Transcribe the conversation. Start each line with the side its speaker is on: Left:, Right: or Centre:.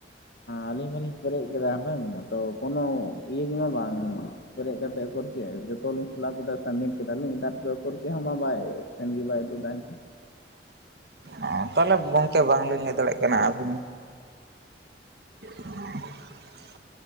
Left: ᱟᱹᱞᱤᱧ ᱢᱟᱞᱤᱧ ᱯᱮᱨᱮᱡ ᱠᱮᱫᱟ ᱦᱩᱱᱟᱹᱜ ᱟᱫᱚ ᱠᱳᱱᱳ ᱤᱭᱟᱹ ᱜᱮᱢᱟ ᱵᱟᱝ ᱯᱮᱨᱮᱡ ᱠᱟᱛᱮ ᱟᱫᱚ ᱪᱮᱫ ᱡᱚᱛᱚᱞᱤᱧ ᱯᱷᱤᱞᱟᱯ ᱠᱮᱫᱟ ᱥᱟᱵᱢᱤᱴ ᱠᱮᱫᱟᱞᱤᱧ ᱛᱟᱨ ᱯᱚᱨᱮ ᱛᱚ ᱪᱮᱫ ᱦᱚᱸ ᱵᱟᱝ ᱮᱱ ᱜᱮᱵᱟᱭ ᱩᱫᱩᱜ ᱫᱟᱭ <unintelligible>
Right: ᱚ ᱛᱟᱦᱚᱞᱮ ᱜᱚᱝᱠᱮ ᱵᱟᱝᱞᱤᱧ ᱞᱟᱹᱭ ᱫᱟᱲᱮᱭᱟᱜ ᱠᱟᱱᱟ ᱟᱹᱵᱤᱱ <unintelligible>